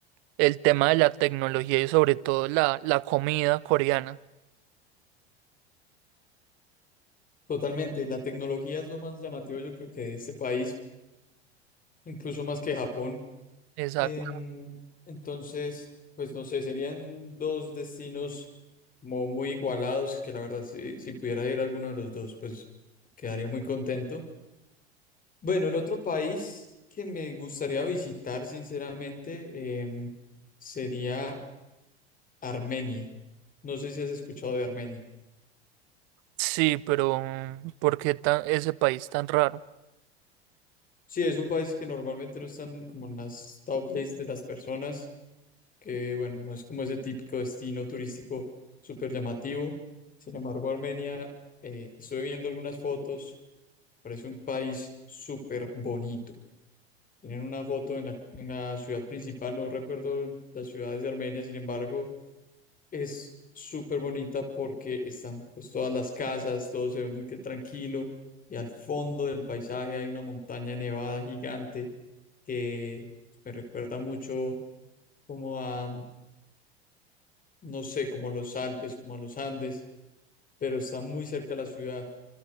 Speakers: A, on the right; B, on the left.
A: el tema de la tecnología y sobre todo la, la comida coreana.
B: Totalmente, la tecnología es lo más llamativo yo creo que de este país, incluso más que Japón.
A: Exacto.
B: Em, entonces, pues no sé, serían dos destinos como muy igualados, que la verdad, si, si pudiera ir a alguno de los dos, pues quedaría muy contento. Bueno, el otro país que me gustaría visitar, sinceramente, em, sería Armenia. No sé si has escuchado de Armenia.
A: Sí, pero mm, ¿por qué ta- ese país tan raro?
B: Sí, es un país que normalmente no está en- como en las top lists de las personas. que bueno, no es como ese típico destino turístico súper llamativo. Sin embargo, Armenia, eh, estuve viendo algunas fotos, parece un país súper bonito. Tienen una foto en la, en la ciudad principal, no recuerdo las ciudades de Armenia, sin embargo, es súper bonita porque están pues todas las casas, todo se ve muy que tranquilo y al fondo del paisaje hay una montaña nevada gigante que me recuerda mucho como a no sé, como los Alpes, como a los Andes, pero está muy cerca de la ciudad